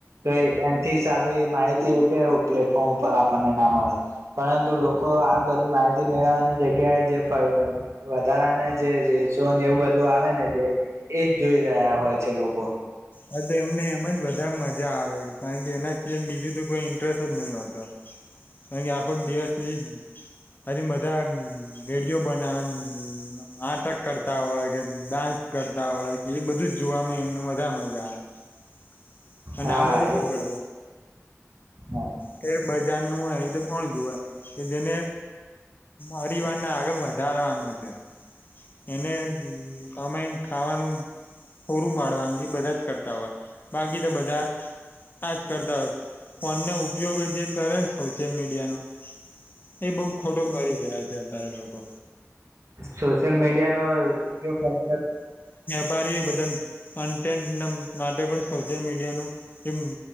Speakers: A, on the right (about 65°); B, on the left (about 40°).
A: તો એનાથી સારુ એ માહિતી એ પ્લેટફોર્મ ઉપર આપણને ના મળે પરંતુ લોકો આ બધી માહિતી મેળવવાની જગ્યાએ જે વધારાને જે રીલસો એવું બધું આવે ને જે એ જ જોઈ રહ્યા હોય છે લોકો
B: હ તો એમને એમ જ બધા મજા આવે કારણ કે એના સિવાય બીજું તો કોઈ ઇન્ટરેસ્ટ જ નહી હોતો કારણ કે આખો દિવસ એ આજુ બધા વેડિયો બનાવે નાટક કરતા હોય કે ડાન્સ કરતા હોય કે એ બધું જ જોવાવામાં એમને બધા મજા આવે હા અને
A: હા
B: આમાં તો શું
A: એ
B: કરે
A: હા
B: સેર બજારનું હોય એ તો કોણ કે જેને પરિવાર ના આગળ વધારવાનો છે. એને કમાય ખાવાનું પુરુ પાડવાનું એ બધા જ કર બાકી તો બધા આજ કરતા હોય ફોનનો ઉપયોગ જે કરે સોશિયલ મીડિયાનો એ બઉ ખોટું કરી રહ્યા છે. છે વધારે લોકો
A: સોશિયલ મીડિયાનો ઉપયોગ
B: ભારી એ બધા કોનટેનટ માટે પણ સોશિયલ મીડિયાનું એ